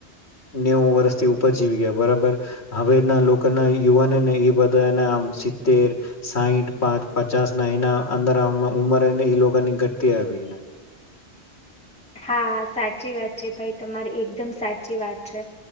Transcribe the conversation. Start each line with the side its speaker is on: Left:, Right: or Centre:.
Left: નેવું વર્ષથી ઉપર જીવી ગયા બરાબર હવેના લોકોના યુવાન ને એ બધા એના આમ સિતતેર સાહીઠ પાંચ પચાસ ના એના અંદર આમ ઉંમરને એ લોકોની ઘટતી આવીને
Centre: હા સાચી વાત છે ભાઈ તમારી એકદમ સાચી વાત છે